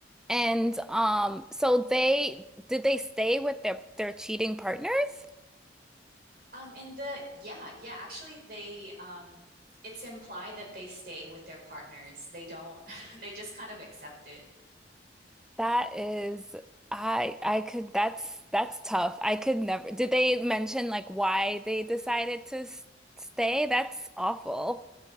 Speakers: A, in the centre; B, on the right.
A: And um, so they did they stay with their their cheating partners?
B: Um, in the yeah, yeah, actually they um it's implied that they stay with their partners. They don't <laughs> they just kind of accept it.
A: That is, I I could that's that's tough. I could never. Did they mention like why they decided to s- stay? That's awful.